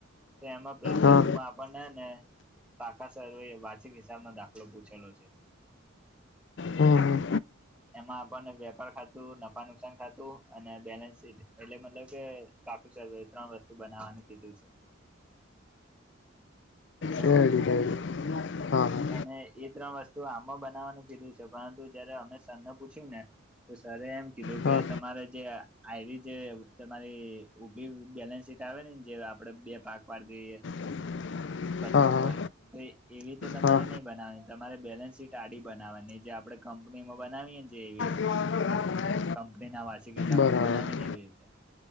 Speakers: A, in the centre; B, on the left.
A: તો એમાં પ્રશ્ન
B: હા
A: ટુમાં પણ હેને પાકા સર્વે વાર્ષિક હિસાબનો દાખલો પૂછેલો છે.
B: હમ્મ, હમ્મ.
A: એમાં આપણને વેપાર ખા તું, નફા-નુકસાન ખાતું અને બેલેન્સ શીટ એટલે મતલબ કે પાકુ સર્વે એ ત્રણ વસ્તુ બનાવાનું કીધુ છે. બરોબર
B: એ <unintelligible> હા
A: અને એ ત્રણ વસ્તુ આમમાં બનાવવાનું કીધું છે, પરંતુ જયારે અમે સરને પૂછ્યુંને તો સરએ એમ કીધું
B: હા
A: કે તમારે જે આયવી જે તમારી ઊભી બેલેન્સ શીટ આવે ને જે આપડે બે ભાગ પાડ દ‌ઇએ.
B: <inaudible>
A: કરતાં
B: હા
A: ઉપર, તો એવી રીતે તમારે
B: હા
A: નય નથી બનાવાની, તમારે બેલેન્સ શીટ આડી બનાવવાની જે આપડે કંપનીમાં બનાવીએ ને જે એવી રીતે
B: <unintelligible>
A: કંપનીના વાર્ષિક હિસાબો
B: બરાબર
A: બનાવીને એવી રીતે,